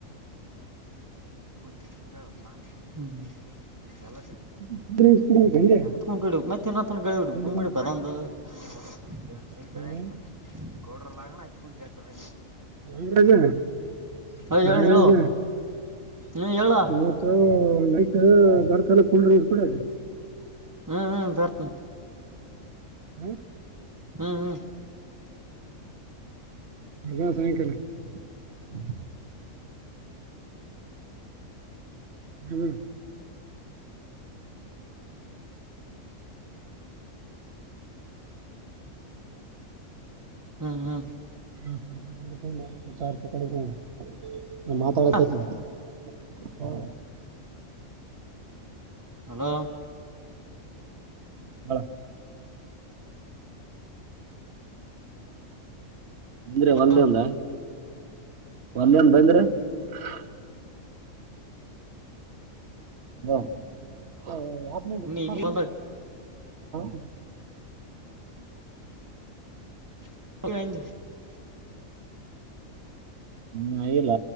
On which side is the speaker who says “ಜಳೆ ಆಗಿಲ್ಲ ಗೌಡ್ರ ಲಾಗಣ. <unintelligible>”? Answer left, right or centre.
Right